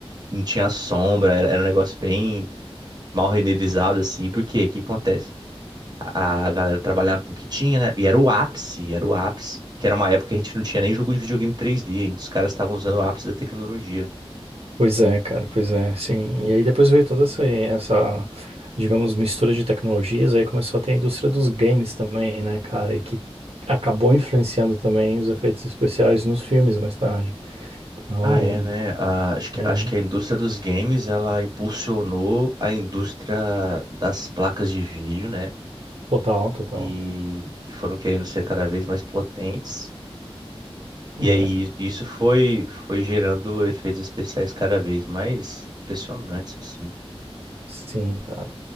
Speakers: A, on the right; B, on the right.
A: não tinha sombra. Era, era um negócio bem mal renderizado, assim. Por quê? O que acontece? A, a galera trabalhava com o que tinha, né? E era o ápice, era o ápice. Que era uma época que a gente não tinha nem jogo de videogame 3D. E os caras estavam usando o ápice da tecnologia.
B: Pois é, cara, pois é, sim. E aí depois veio toda essa, essa, digamos, mistura de tecnologias, aí começou a ter a indústria dos games também, né, cara, e que acabou influenciando também os efeitos especiais nos filmes mais tarde. Então,
A: Ah, é, né? Ah, acho que,
B: é,
A: acho que a indústria dos games, ela impulsionou a indústria das placas de vídeo, né?
B: total, total.
A: e que foram querendo ser cada vez mais potentes.
B: É,
A: E aí isso foi foi gerando efeitos especiais cada vez mais impressionantes, assim.
B: sim, cara.